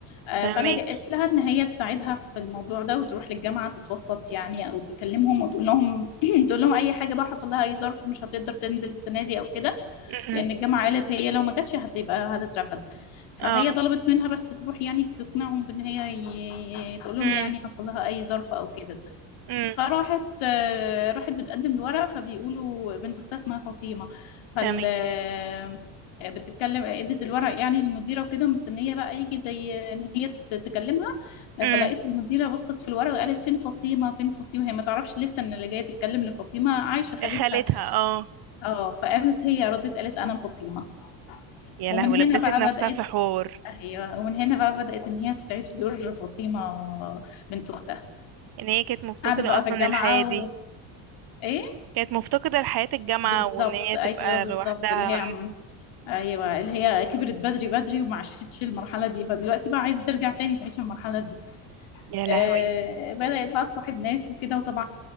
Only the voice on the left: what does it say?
آه،
فلجأت لها إن هي تساعدها في الموضوع ده وتروح للجامعة تتوسط يعني أو تكلمهم وتقول لهم <clears throat> تقول لهم أي حاجة بقى حصل لها أي ظرف مش هتقدر تنزل السنة دي أو كده
لأن الجامعة قالت هي لو ما جاتش هتبقى هتترفض فهي
طلبت منها بس تروح يعني تقنعهم بإن هي ي- تقول لهم
يعني حصل لها أي ظرف أو كده
فراحت آه، راحت بتقدم الورق فبيقولوا بنت اختها اسمها فاطمه فال
آه، بتتكلم ادت الورق يعني للمديره وكده ومستنيه بقى يجي زي ان هي ت- تكلمها
فلقيت المديره بصت في الورق وقالت فين فاطمه فين فاطمه هي ما تعرفش لسه ان اللي جايه تتكلم ان فاطمه عايشه خالتها
اه فقامت هي ردت قالت انا فاطمه
ومن
هنا
بقى
بدات
ايوه ومن هنا بقى بدات ان هي تعيش دور فاطمه بنت اختها
قعدت بقى
في الجامعه
و... ايه
بالظبط
ايوه
بالظبط
اللي هي عم ايوه اللي هي كبرت بدري بدري وما عاشتش المرحله دي فدلوقتي بقى عايزه ترجع تاني تعيش المرحله دي
آه بدات بقى تصاحب ناس وكده وطبعا